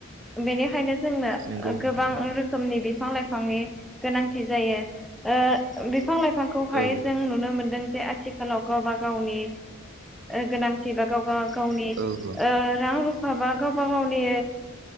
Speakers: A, in the centre; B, on the right.
A: बेनिखायनो जोंनो
B: नंगौ नोंथां
A: गोबां
B: औ
A: रोखोमनि बिफां लाइफां बिफांनि गोनांथि जायो बिफां लाइफां बिफांखौहाय
B: औ
A: जों नुनो मोनदों जे आथिखाल आथि खाालाव गावबा गावनि गोनांथि बा गावबा गावनि
B: औ औ
A: रां रुफा माबा गावबा गावनि